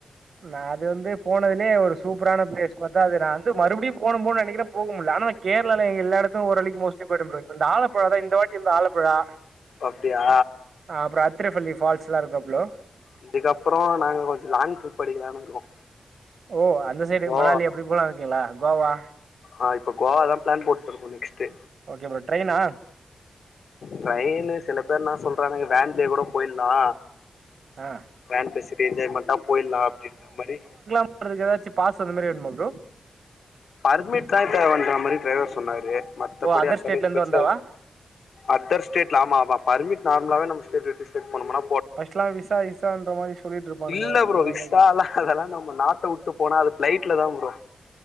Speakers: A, on the right; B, on the left.
A: நா அது வந்து போனதுலே ஒரு சூப்ரான பிளேஸ் பாத்தா அது நா வந்து மறுபடியு போனு போனு நெனைக்கிறேன் போக முல்ல ஆனா கேர்ளால எல்லாடத்து ஒரு ஓர்ரலிக்கு மோஸ்ட்லி பொய்ட ப்ரோ இந்தாளப் ப்ரோ அதா இந்த வாட்டி வந்து ஆலப்புழா
B: அப்டியா
A: ஆ அப்ரோ அத்திரபள்ளி ஃபால்ஸ் எல்லா இருக்கு ப்ரோ
B: இதுக்கப்ரோ நாங்க கொஞ்சோ லாங் ட்ரிப்படிக்கலானு இருக்கோ
A: ஓ அந்த சைடு
B: இப்போ
A: மணாலி அப்டி போலானு இருக்கீங்களா கோவா
B: ஆ இப்ப கோவா தா பிளான் போட்டுருக்கோ நெக்ஸ்ட்டு
A: ஓகே ப்ரோ ட்ரெய்னா
B: ட்ரெய்னு சில பேர்னா சொல்றானுங்க வேன்லயே கூட போய்ட்லா
A: ஆ
B: வேன்ல செரி என்ஜாய்மென்டா போய்ட்லா அப்டின்ற மாரி
A: உங்களுக்கு ஏதாச்சு பாஸ்சல் மேரி வேணுமா ப்ரோ
B: பர்மிட் தா தேவன்ற மாரி டிரைவர் சொன்னாரு மத்தபடி
A: ஓ அதர்
B: அந்தளவு
A: ஸ்டேட்ல இருந்து
B: பெர்சா
A: வந்தாவா
B: அதர் ஸ்டேட்ல ஆமாமா பர்மிட் நார்மலாவே நம் ஸ்டேட் விட்டு ஸ்டேட் போனம்னா
A: பஸ்ட்லா விசா இசான்ன்ற மாரி சொல்லிட்டுருப்பானுங்க
B: இல்ல ப்ரோ
A: அதனாலதா
B: விசாலா
A: கேட்
B: அதெல்லா நம்ம நாட்ட உட்டு போனா அது பிளைட்ல தா ப்ரோ